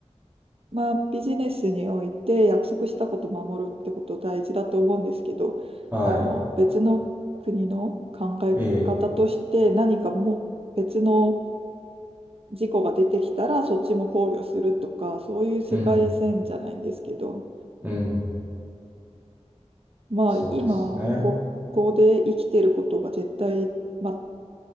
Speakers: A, on the right; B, on the right.
A: まあビジネスにおいて約束したこと守るってこと大事だと思うんですけど、
B: はい。
A: あの別の国の考え方として何かも別の
B: ええ。
A: 事故が出てきたらそっちも考慮するとか、そういう世界線じゃないんですけど、
B: うん。うん。
A: まあ今、
B: そうですね。
A: ここで生きてることが絶対、まあ